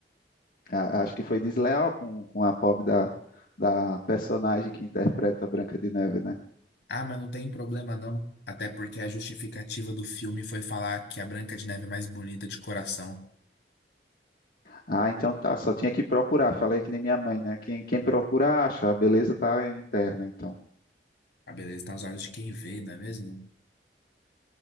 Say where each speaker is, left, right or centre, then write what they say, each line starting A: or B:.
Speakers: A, on the left; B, on the left.
A: A- acho que foi desleal com, com a pobre da, da personagem que interpreta a Branca de Neve, né?
B: Ah, mas não tem problema não. Até porque a justificativa do filme foi falar que a Branca de Neve é mais bonita de coração.
A: Ah, então tá, só tinha que procurar. Falei que nem minha mãe, né? Quem, quem procura acha, a beleza tá interna, então.
B: A beleza tá nos olhos de quem vê, não é mesmo?